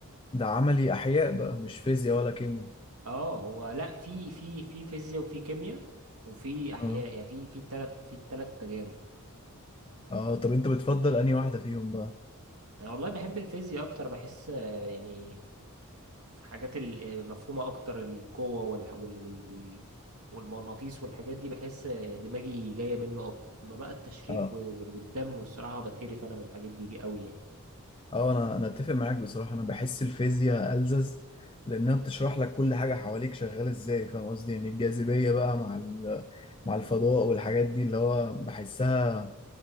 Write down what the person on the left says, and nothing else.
ده عملي احياء بقى مش فيزياء ولا كيمياء
اه
اه طب انت بتفضل انهي واحده فيهم بقى
اه
اه انا انا اتفق معاك بصراحه انا بحس الفيزياء الزز لانها بتشرح لك كل حاجه حواليك شغاله ازاي فاهم قصدي يعني الجاذبيه بقى مع ال- مع الفضاء والحاجات دي اللي هو بحسها